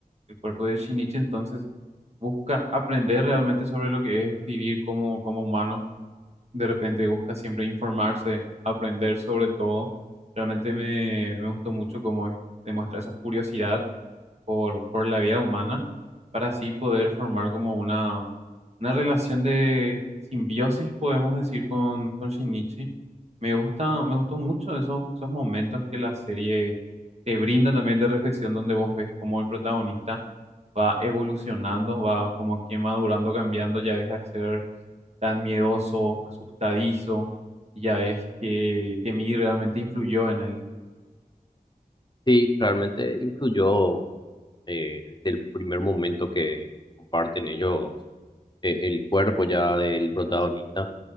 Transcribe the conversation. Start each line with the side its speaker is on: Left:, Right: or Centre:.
Right: del cuerpo de Shinichi, entonces busca aprender realmente sobre lo que es vivir como, como humano, de repente busca siempre informarse, aprender sobre todo, realmente me, me gustó mucho cómo es, demuestra esa curiosidad por, por la vida humana para así poder formar como una, una relación de simbiosis, podemos decir, con, con Shinichi. Me gusta, me gustó mucho esos, esos momentos que la serie te brinda también de reflexión, donde vos ves cómo el protagonista va evolucionando, va como que madurando, cambiando, ya deja de ser tan miedoso, asustadizo, y ya ves que, que Mii realmente influyó en él.
Left: Sí, realmente influyó eh, desde el primer momento que comparten ellos eh, el cuerpo ya del protagonista.